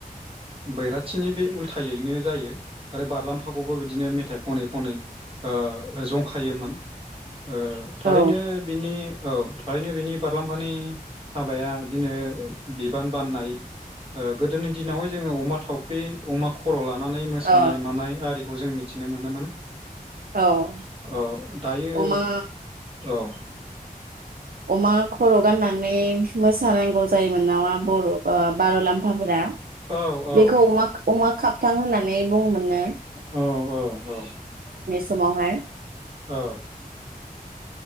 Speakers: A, on the right (about 35°); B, on the right (about 70°).
A: बैराथ खाथिनि बै उल्थायैनो जायो आरो बारलामफाखौबो बिदिनो बिदिनो मेथाइ खनै खनै ओ जंखायोमोन ओ थारैनो
B: औ
A: बिनि औ थारैनो बिनि बारलाम्फानि हाबाया बिदिनो बिबान बाननाय ओ गोदोनि दिनावहाय जोंङो अमा थाव फख्रि अमा खर' ला नानै मोसानाय
B: औ
A: मानाय आरि खौ जों मिथिनो मोनोमोन
B: औ
A: औ दायो
B: अमा
A: औ
B: अमा खर' गाननानै मोसानांगौ जायोमोन नामा बर'ओ बार' लाम्फाफोरा।
A: औ औ
B: बेखौ अमा अमा खाब थां होननानै बुंङो मोननो
A: औ औ औ
B: समावहाय
A: औ